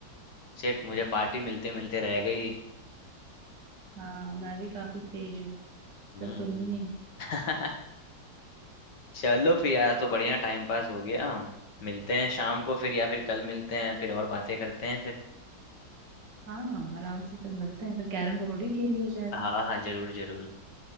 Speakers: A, on the left; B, on the right.
A: शिट मुझे पार्टी मिलते मिलते रह गई
B: हाँ, मैं भी काफी तेज हूँ
A: हम्म
B: पर तुम
A: हम्म।
B: ही नहीं
A: <laughs> चलो फिर यार तो बढ़िया टाइम पास हो गया मिलते हैं शाम को फिर या फिर कल मिलते हैं फिर और बातें करते हैं फिर
B: हाँ हाँ आराम से फिर मिलते हैं फिर कैरम बोर्ड ही खेल लिया जाएगा
A: हाँ हाँ जरूर जरूर